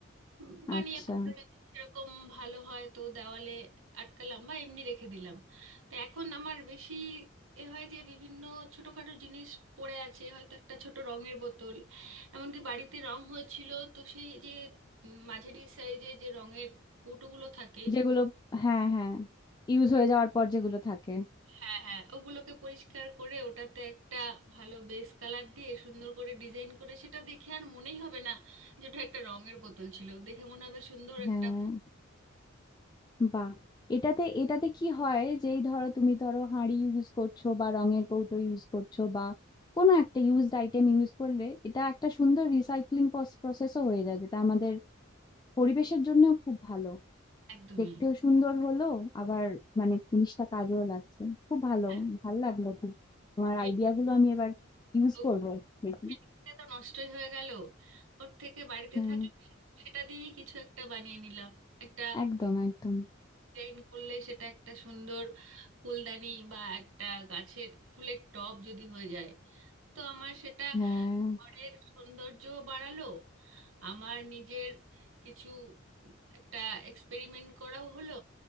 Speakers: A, on the right; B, on the left.
A: উম, বানিয়ে
B: আচ্ছা
A: হয়তো যদি সেরকম ভালো হয় তো দেওয়ালে আটকালাম বা এমনি রেখে দিলাম তো এখন আমার বেশি এ হয় যে বিভিন্ন ছোটখাটো জিনিস পড়ে আছে হয়তো একটা ছোট রঙের বোতল এমনকি বাড়িতে রং হয়েছিল তো সেই যে উম, মাঝারি সাইজে যে রঙের কৌটোগুলো থাকে
B: যেগুলো হ্যাঁ হ্যাঁ ইউজ হয়ে যাওয়ার পর যেগুলো থাকে
A: হ্যাঁ হ্যাঁ ওগুলোকে পরিষ্কার করে ওটাতে একটা ভালো বেস কালার দিয়ে সুন্দর করে ডিজাইন করে সেটা দেখে আর মনেই হবে না যে ওটা একটা রঙের বোতল ছিল দেখে মনে হবে সুন্দর
B: হ্যাঁ
A: একটা
B: বাহ এটাতে এটাতে কি হয় যেই ধরো তুমি ধরো হাঁড়ি ইউজ করছো বা রঙের কৌটো ইউজ করছো বা কোনো একটা ইউজড আইটেম ইউজ করলে এটা একটা সুন্দর রিসাইক্লিং প্রসেসও হয়ে যায় যেটা আমাদের পরিবেশের জন্যও খুব ভালো
A: একদমই
B: দেখতেও সুন্দর হলো আবার মানে জিনিসটা কাজেও লাগছে খুব ভালো
A: হ্যাঁ
B: ভালো লাগলো খুব তোমার
A: ফে-
B: আইডিয়া গুলো আমি এবার ইউজ
A: তো
B: করবো দেখি
A: ফেরিটা তো নষ্টই হয়ে গেল ওর থেকে বাড়িতে
B: হ্যাঁ
A: থাকলে সেটা দিয়েই কিছু একটা বানিয়ে নিলাম একটা
B: একদম একদম
A: ডিজাইন করলে সেটা একটা সুন্দর ফুলদানি বা একটা গাছের ফুলের টব যদি হয়ে যায় তো আমার সেটা
B: হ্যাঁ
A: ঘরের সৌন্দর্য বাড়ালো আমার নিজের কিছু একটা এক্সপেরিমেন্ট করাও হলো